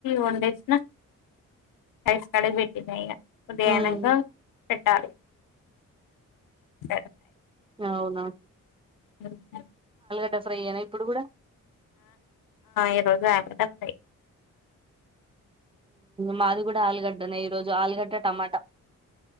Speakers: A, on the left; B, on the right.
A: వన్ డేస్ నాైస్ కడకి పెట్టంది ఇ అదయానంగా
B: ఉమ్
A: పెట్టాల స
B: అవునా
A: ఉ
B: గ ఫ్రై అనా ఇప్పుడు కూడా
A: ఈరోజు ఆపోట ఫయి
B: మాది కూడా ఆలుగడ్డనే ఈరోజు ఆలుగడ్డ టమాటా